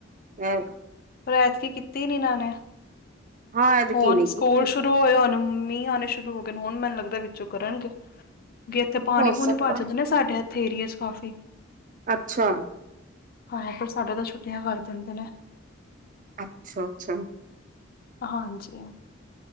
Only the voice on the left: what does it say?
ਪਰ ਐਤਕੀ ਕੀਤੀ ਨੀ ਇਨਾਂ ਨੇ-
ਹੋਣ
ਸਕੂਲ
ਸ਼ੁਰੂ ਹੋਏ, ਹੋਣ ਮੀਂਹ ਆਣੇ ਸ਼ੁਰੂ ਹੋ ਗਏ, ਹੁਣ ਮੈਨੂੰ ਲੱਗਦਾ ਵਿਚੋ ਕਰਨਗੇ। ਬਈ ਇਥੇ ਪਾਣੀ
ਪੂਣੀ ਭਰ ਜਾਂਦੇ ਨੇ। ਸਾਡੇ ਇਥੇ ਏਰੀਏ ਚ ਕਾਫੀ।
ਹਾਏ ਹਾਏ ਪਰ ਸਾਡੇ ਤਾਂ ਛੁੱਟੀਆ ਕਰ ਦਿੰਦੇ ਨੇ।
ਹਾਂਜੀ।